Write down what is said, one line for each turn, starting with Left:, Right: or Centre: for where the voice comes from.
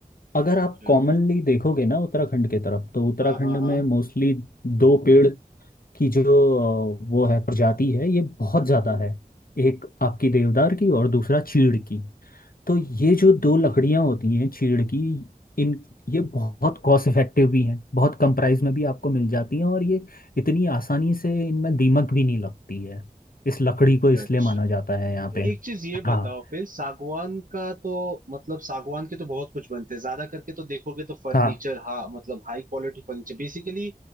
Left: अगर
Right: अच्छा
Left: आप कॉमनली देखोगे ना उत्तराखंड के तरफ तो उत्तराखंड
Right: हाँ हाँ
Left: में
Right: हाँ
Left: मोस्टली दो पेड़ की जो अ, वो है प्रजाति है ये बहुत ज़्यादा
Right: हम्म
Left: है एक आपकी देवदार की और दूसरा चीड़ की तो ये जो दो लकड़ियाँ होती हैं चीड़ की इन ये बहुत कॉस्ट इफेक्टिव भी हैं बहुत कम प्राइस में भी आपको मिल जाती हैं और ये इतनी आसानी से इनमें दीमक भी नहीं लगती है इस लकड़ी को इसलिए
Right: अच्छा
Left: माना जाता है यहाँ पे
Right: एक चीज ये बताओ
Left: हाँ
Right: फिर सागवान का तो मतलब सागवान के तो बहुत कुछ बनते हैं ज्यादा करके तो देखोगे तो फर्नीचर
Left: हाँ
Right: हाँ मतलब हाई क्वालिटी फर्नीचर बेसिकली